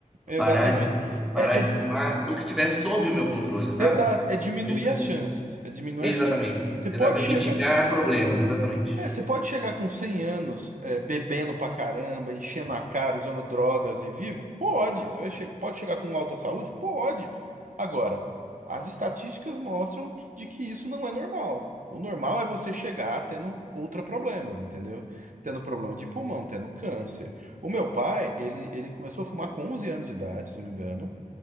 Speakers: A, on the right; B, in the centre.
A: Exatamente.
B: parar de, parar
A: É,
B: de
A: é-
B: fumar, então, o que tiver sob o meu controle, sabe?
A: exato, é diminuir
B: Mesmo
A: as
B: assim.
A: chances. É diminuir
B: Exatamente.
A: as chances. Você
B: Exatamente.
A: pode chegar.
B: Mitigar problemas, exatamente.
A: É, você pode chegar com 100 anos, é, bebendo pra caramba, enchendo a cara, usando drogas e vivo? Pode. Você vai che- pode chegar com alta saúde? Pode. Agora, as estatísticas mostram de que isso não é normal. O normal é você chegar tendo ultra problemas, entendeu? Tendo problema de pulmão, tendo câncer. O meu pai, ele, ele começou a fumar com 11 anos de idade, se não me engano.